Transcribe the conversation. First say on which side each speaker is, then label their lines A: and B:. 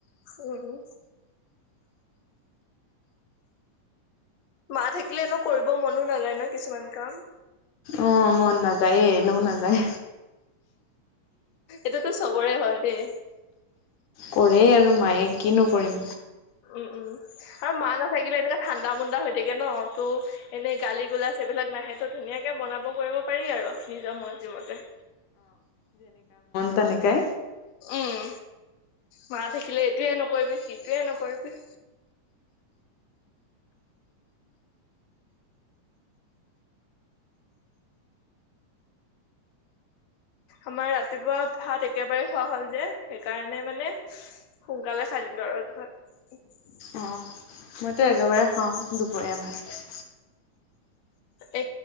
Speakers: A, on the left; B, on the left.
A: উম মা থাকিলে এনেও কৰিব মনো নাযায় ন কিছুমান কাম।
B: অ' মন নাযায় এনেও নাযায়।
A: এটোটোতো চবৰে হয় দেই।
B: কৰে আৰু মায়ে কিনো কৰিম
A: উম, উম। আৰু মা নাথাকিলে এনেকাে ঠাণ্ডা মুণ্ডা হৈ থাকে ন ত' এনেই গালি গোলাচ এইবিলাক নাহে তো' ধুনীয়াকে বনাব কৰিব পাৰি আৰু নিজৰ মৰজিমতে।
B: তেনেকৈ
A: উম, মা থাকিলে এইটোয়ে নকৰিবি সেইটোয়ে নকৰিবি। আমাৰ ৰাতিপুৱা ভাত একেবাৰে খোৱা হল যে সেইকাৰণে মানে সোনকালে খাই দিলো আৰু এতিয়া।
B: অ মইতো একেবাৰে খাওঁ দুপৰীয়া ভাত।
A: এ,